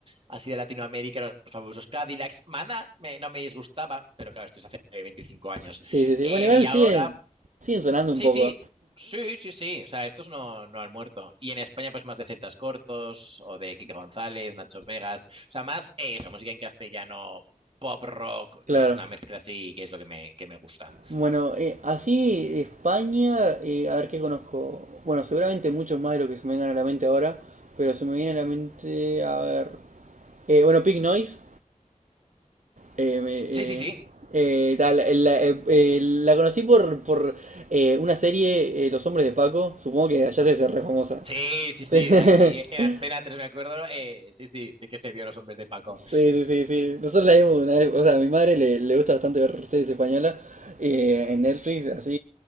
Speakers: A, on the right; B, on the right.
A: así de Latinoamérica, los fabulosos Cadillacs. maná me, no me disgustaba, pero claro, esto es hace 25 años.
B: sí, sí. sí.
A: Eh,
B: Bueno, igual
A: y ahora,
B: sigue, siguen sonando
A: Sí,
B: un poco.
A: sí, sí, sí, sí. O sea, estos no, no han muerto. Y en España, pues más de Celtas Cortos o de Kike González, Nacho Vegas. O sea, más eh, eso, música en castellano, pop rock,
B: Claro.
A: que es una mezcla así, que es lo que me, que me gusta.
B: Bueno, eh, así España, eh, a ver qué conozco. Bueno, seguramente muchos más de lo que se me vengan a la mente ahora, pero se me viene a la mente, a ver... eh, bueno, Pink Noise. eh, me-
A: Sí, sí, sí.
B: eh, eh, tal, eh, la, eh, eh, la conocí por, por eh, una serie, eh, Los Hombres de Paco. Supongo que allá se hace re famosa.
A: Sí, sí,
B: Sí,
A: sí.
B: <laughs>
A: Aquí en Antena tres me acuerdo. eh, sí, sí, sí que se vio Los Hombres de Paco.
B: sí, sí, sí, sí. Nosotros la vimos una vez, o sea, a mi madre le, le gusta bastante ver series españolas eh, en Netflix, así,